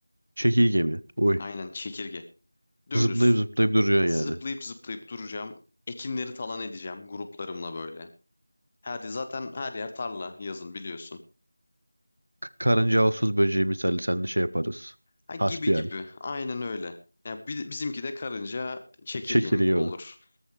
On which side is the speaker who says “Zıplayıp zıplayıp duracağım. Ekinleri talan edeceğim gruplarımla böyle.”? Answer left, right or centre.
Left